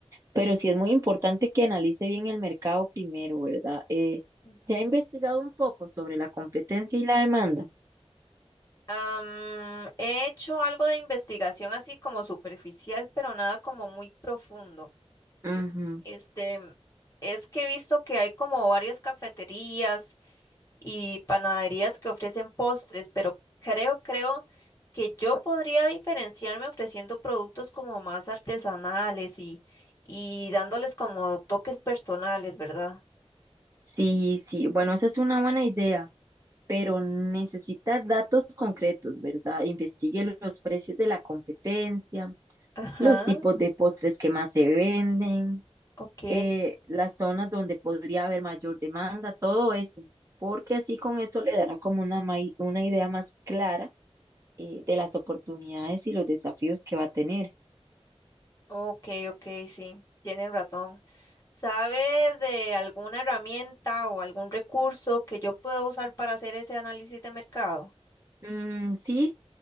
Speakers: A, on the right; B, on the left.
A: pero sí es muy importante que analice bien el mercado primero, ¿verdad? Eh,
B: Ujú.
A: ¿se ha investigado un poco sobre la competencia y la demanda?
B: Am, he hecho algo de investigación así como superficial, pero nada como muy profundo.
A: Ujú.
B: Este, es que he visto que hay como varias cafeterías y panaderías que ofrecen postres, pero creo, creo que yo podría diferenciarme ofreciendo productos como más artesanales y, y dándoles como toques personales, ¿verdad?
A: Sí, sí, bueno, esa es una buena idea, pero necesita datos concretos, ¿verdad? Investigue los precios de la competencia,
B: Ajá,
A: los tipos de postres que más se venden,
B: ok,
A: eh, las zonas donde podría haber mayor demanda, todo eso, porque así con eso le dará como una, mai- una idea más clara eh, de las oportunidades y los desafíos que va a tener.
B: ok, ok, sí, tienen razón. ¿Sabe de alguna herramienta o algún recurso que yo pueda usar para hacer ese análisis de mercado?
A: Mm, sí,